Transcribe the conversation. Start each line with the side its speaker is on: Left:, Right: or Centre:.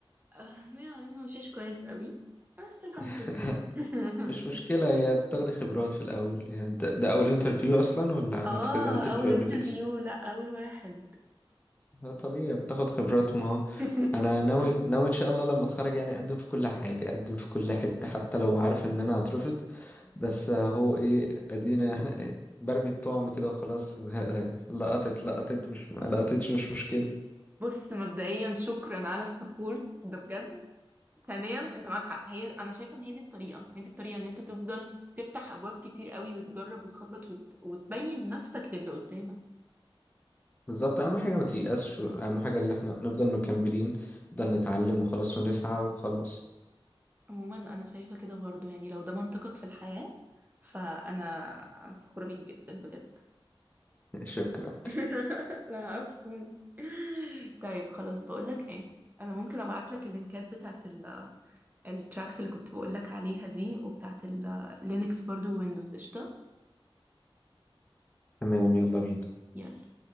Right: آه يعني ما مشيش كويس قوي بس الحمد
Left: <laughs>
Right: لله <laughs>
Left: مش مشكلة يا بتاخدي خبرات في الاول يعني انت ده اول انترفيو اصلا ولا عملت
Right: اه
Left: كذا انترفيو
Right: أول
Left: قبل
Right: انترفيو
Left: كده
Right: لأ أول واحد
Left: لا طبيعي بتاخد خبرات ما هو
Right: <laughs>
Left: انا ناوي ناوي ان شاء الله لما اتخرج يعني اقدم في كل حاجه اقدم في كل حته حتى لو عارف ان انا هترفض بس هو ايه ادينا <laughs> برمي الطعم كده وخلاص و- <laughs> لقطت لقطت مش ما لقطتش مش مشكله
Right: بص مبدئيا شكرا على السبورت ده بجد ثانيا انت معاك حق هي انا شايفه ان هي دي الطريقه هي دي الطريقه ان انت تفضل تفتح ابواب كتير قوي وتجرب وتخبط وت... وتبين نفسك للي قدامك
Left: بالظبط اهم حاجه ما تيأسش اهم حاجه اللي احنا نفضل مكملين نفضل نتعلم وخلاص ونسعى وخلاص
Right: عموما انا شايفه كده برضو يعني لو ده منطقك في الحياه فانا فخوره بيك جدا بجد
Left: شكرا
Right: <laughs> لا مفهوم طيب خلاص بقولك ايه انا ممكن ابعتلك اللينكات بتاعت ال- التراكس اللي كنت بقولك عليها دي وبتاعت اللينكس برضو ويندوز قشطة
Left: تمام يلا بينا
Right: يلا